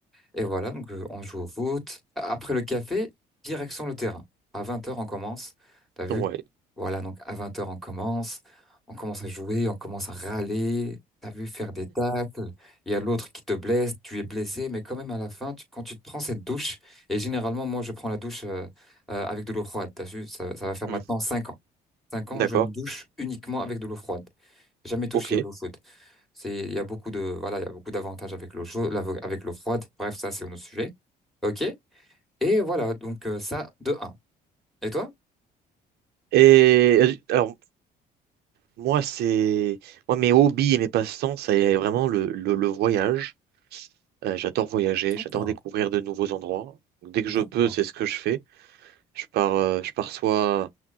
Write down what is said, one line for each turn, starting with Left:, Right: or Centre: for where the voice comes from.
Centre: Et voilà, donc euh, on joue au foot. Après le café, direction le terrain. À 20 heures, on commence. T'as vu?
Right: Ouais.
Centre: Voilà, donc à 20 heures, on commence. On commence à jouer, on commence à râler. T'as vu faire des tacles. Il y a l'autre qui te blesse, tu es blessé, mais quand même à la fin, tu- quand tu te prends cette douche, et généralement, moi, je prends la douche euh, euh, avec de l'eau froide. T'as vu? Ça, ça va faire
Right: Hmm.
Centre: maintenant 5 ans. 5 ans,
Right: D'accord.
Centre: je me douche uniquement avec de l'eau froide. Jamais touché
Right: Ok.
Centre: à l'eau chaude. C'est, il y a beaucoup de, voilà, il y a beaucoup d'avantages avec l'eau chaude, l'avo- avec l'eau froide. Bref, ça, c'est un autre sujet. OK? Et voilà, donc euh, ça, de un Et toi?
Right: Et euh, alors, moi, c'est, moi, mes hobbies et mes passe-temps, c'est vraiment le, le, le voyage. Euh, j'adore voyager,
Centre: D'accord,
Right: j'adore découvrir de nouveaux endroits. Dès que
Centre: d'accord,
Right: je peux, c'est ce que je fais. Je pars, euh, je pars soit